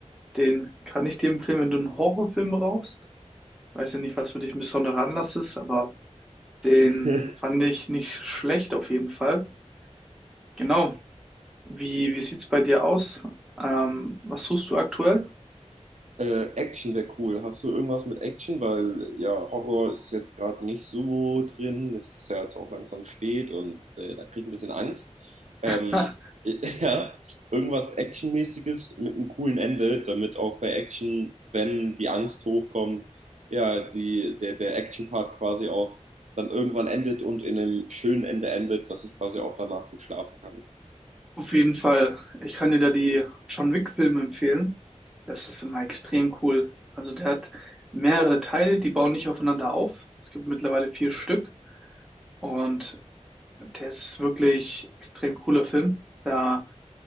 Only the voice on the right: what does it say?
<laughs>
Äh, Action wäre cool. Hast du irgendwas mit Action? Weil ja, Horror ist jetzt gerade nicht so drin. Es ist ja jetzt auch langsam spät und äh, da kriege ich ein bisschen Angst. Ähm,
<laughs> ja, irgendwas Actionmäßiges mit einem coolen Ende, damit auch bei Action, wenn die Angst hochkommt, ja, die, der, der Action-Part quasi auch dann irgendwann endet und in einem schönen Ende endet, dass ich quasi auch danach gut schlafen kann.